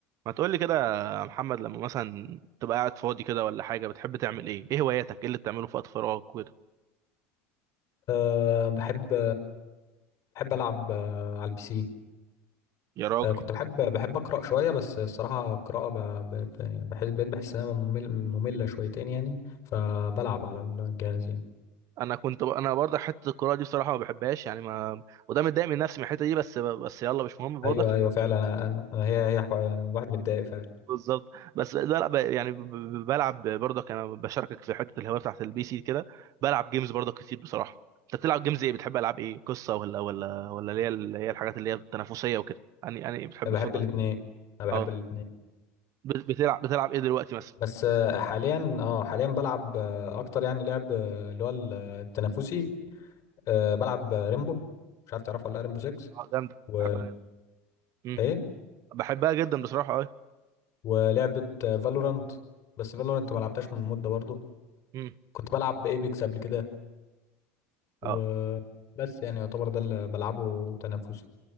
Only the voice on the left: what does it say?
أه بحب بحب ألعب أه على البي سي
أه كنت بحب بحب أقرأ شوية بس الصراحة القراءة ب- ب- ب- يعني بحس بقيت بحس إنها ممل مملة شويتين يعني فبلعب على الجهاز يعني
أيوه أيوه فعلا
أنا أنا أنا- هي هي حو- الواحد متضايق فعلا
أنا بحب
الاتنين
أنا بحب
الاتنين
بس آه، حاليا اه حاليا بلعب آه، أكتر يعني لعب آه، اللي هو التنافسي أه بلعب ريمبو مش عارف تعرفه ولا لأ، ريمبو 6
و
إيه
ولعبة فالورانت بس فالورانت ما لعبتهاش من مدة برضو
كنت بلعب ايبكس قبل كده وبس
يعني يعتبر ده اللي بلعبه تنافسي